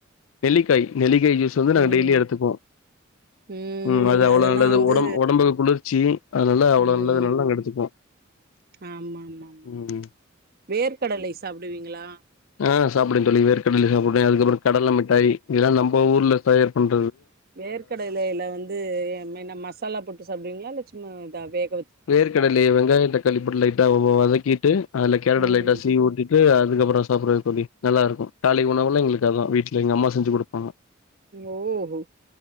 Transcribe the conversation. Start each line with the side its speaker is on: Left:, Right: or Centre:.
Left: நெல்லிக்காய் நெலிக் நெல்லிகா ஜுஸ் வந்து நா
Right: ம்
Left: டெய்லி எடுத்துப்போ
Right: ம்
Left: உம் அது அவ்ள
Right: அதெல்லா
Left: நல்லது
Right: வந்து
Left: உடம் உடம்புக்கு குளிர்ச்சி அதனால அவ்ளவு
Right: ம்
Left: நல்லது அதனால நாங்க எடுத்துப்போ
Right: ஆமா ஆமா ஆமா
Left: உம் உம்
Right: வேர்க்கடலை சாப்புடுவீங்களா
Left: ஆஹ் சாப்புடுவேன் தோழி வேர்கடல சாப்புடுவேன் அதுக்கப்பற கடலமிட்டாய் இதலா நம்ப ஊர்ல தயார் பண்
Right: வேர்க்கடையில ல வந்து மே ன்ன மசாலா போட்டு சாப்டுவிங்களா இல்ல ம் தாவேக்
Left: வேர்கடைலே வெங்காயதக்காளி போட் லை வதக்கிட்டு அதுல கேரட்ட
Right: ம்
Left: லைட்டா சீவுட்டுட்டு அதுக்கப்பறம் சாப்படறது தோழி நல்ல இருக்கும் காலை உணவுளா எங்களுக்கு அததுான் வீட்டுல எங்க அம்மா செஞ்சு கொடுப்பாங்க
Right: ஓஹோ